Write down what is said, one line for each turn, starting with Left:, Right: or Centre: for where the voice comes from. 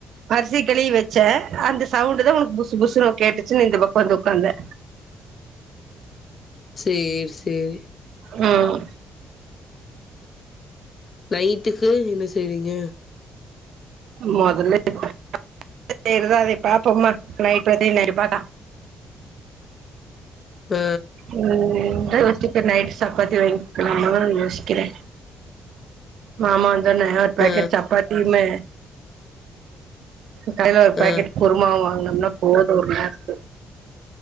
Right: அரிசி களிவி வெச்சே அந்த சவுண்டு தா உனக்கு புஸ் புஸ்னு கேட்டுச்சுன்னு இந்த பக்கோ வந்து உட்காந்தே
Left: சேரி சேரி
Right: உம்
Left: நைட்டுக்கு என்ன செய்றீங்க
Right: மோதல்ல <unintelligible> பாப்போம்மா நைட் கதய நைட் பாக்லா
Left: ஆ
Right: உம் அந்தா யோஸ்சிட் நைட்டு் சப்பாத்தி வாங்கிக்லாமா யோசிக் கிறே மாமா அந்தான ஒரு பேக்கெட்
Left: ஆ
Right: சப்பாத்தி மே கடையில ஒரு பேக்கெட்
Left: ஆ
Right: குருமாவ வாங்னா நல்லா போது ஒரு நேரத்துக்கு